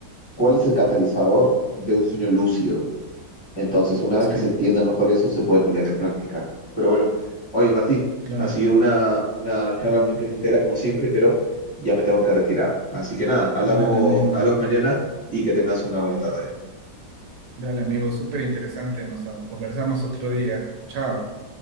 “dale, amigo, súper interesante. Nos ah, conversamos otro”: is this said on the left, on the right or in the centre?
Right